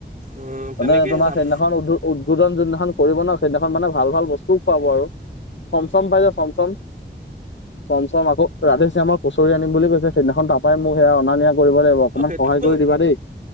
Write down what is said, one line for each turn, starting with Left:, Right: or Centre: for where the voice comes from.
Right: উম তেনেকে
Left: মানে তোমাৰ
Right: যাব
Left: সেইদিনাখন উ-উদ্বোধন যিদিনাখন কৰিব ন সেইদিনাখন মানে ভাল ভাল বস্তুও খুৱাব আৰু চম চম পাই যে চমচম চম চম আকৌ ৰাতি চ আমাৰ কুচৰি আনিম বুলি কৈছে সিদিনাখন তাপাই মোক সেয়া অনা নিয়া কৰিব লাগিব অকমান
Right: অ সেইটোতো
Left: সহায় কৰি দিবা দেই।